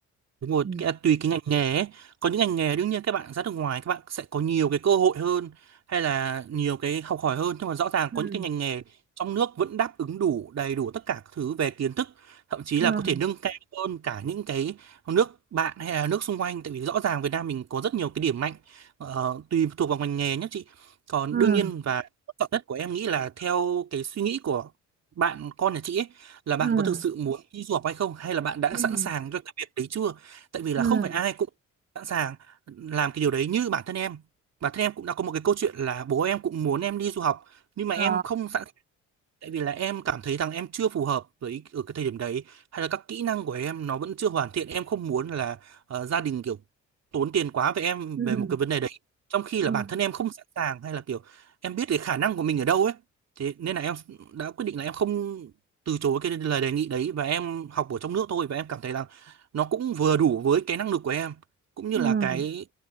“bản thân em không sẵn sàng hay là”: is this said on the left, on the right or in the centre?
Right